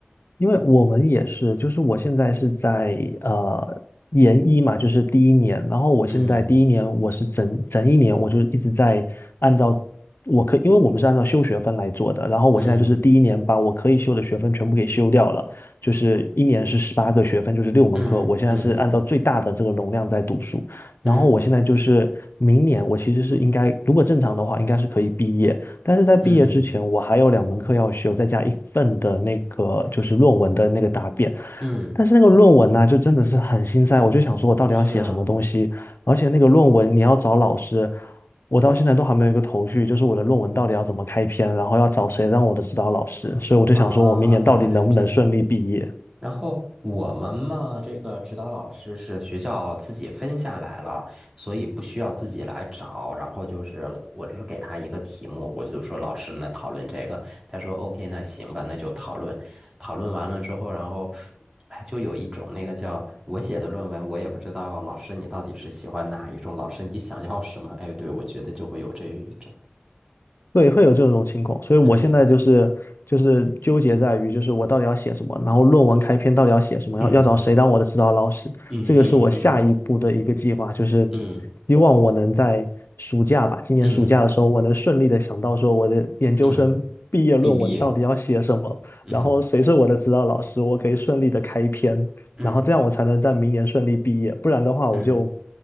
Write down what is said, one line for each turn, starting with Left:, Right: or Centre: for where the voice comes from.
Left: 因为我们也是，就是我现在是在呃研一嘛，就是第一年，然后我现在第一年我是整整一年，
Right: 嗯
Left: 我就一直在按照我可，因为我们是按照修学分来做的，然后我现在就是第一年把我可以修的学分全部给修掉了，
Right: 嗯
Left: 就是一年是十八个学分，就是六门课，
Right: 嗯嗯
Left: 我现在是按照最大的这个容量在读书，然后我现在就是明年我其实是应该，
Right: 嗯。
Left: 如果正常的话，应该是可以毕业。但是在毕业之前，
Right: 嗯
Left: 我还有两门课要修，再加一份的那个就是论文的那个答辩。
Right: 嗯，
Left: 但是那个论文呢、就真的是很心塞，我就想说我到底要写什么东西，
Right: 是啊，
Left: 而且那个论文你要找老师，我到现在都还没有一个头绪，就是我的论文到底要怎么开篇，然后要找谁当我的指导老师，所以我就想说我明年到底能不能顺利毕业。
Right: 啊，原来是这样。然后我们嘛，这个指导老师是学校自己分下来了，所以不需要自己来找。然后就是，我是给他一个题目，我就说老师那讨论这个，他说 OK，那行吧，那就讨论。讨论完了之后，然后哎，就有一种那个叫我写的论文，我也不知道老师你到底是喜欢哪一种，老师你想要什么？哎，对，我觉得就会有这一种，
Left: 对，会有这种情况，所以我现在就是就是纠结在于，
Right: 嗯。
Left: 就是我到底要写什么，然后论文开篇到底要写什么，
Right: 嗯
Left: 要要找谁当我的指导老师，
Right: 嗯嗯嗯。
Left: 这个是我下一步的一个计划，就是
Right: 嗯
Left: 希望我能在暑假吧，今年暑假的时候，
Right: 嗯
Left: 我能顺利的想到说我的研究生毕业论文到底要写什么，
Right: 嗯，毕业，嗯
Left: 然后谁是我的指导老师，我可以顺利的开篇，
Right: 嗯
Left: 然后这样我才能在明年顺利毕业，不然的话我就，
Right: 嗯，